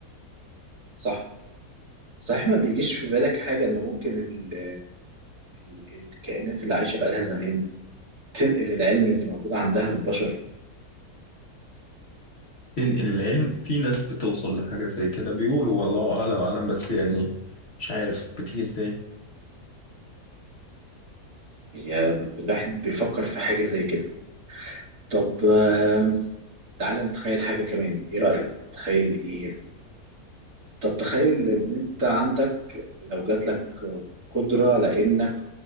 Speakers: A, on the right; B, on the left.
A: صح صحيح ما بيجيش في بالك حاجة إن ممكن ال ال- الكائنات اللي عايشة بقالها زمان دي تنقل العلم اللي موجود عندها للبشر
B: تنقل العلم في ناس بتوصل لحاجات زي كده بيقولوا والله أعلى وأعلم بس يعني مش عارف بتيجي إزاي
A: هي الواحد بيفكر في حاجة زي كده طب آه، تعالى نتخيل حاجة كمان إيه رأيك تخيل إيه طب تخيل إن أنت عندك لو جات لك قدرة على إنك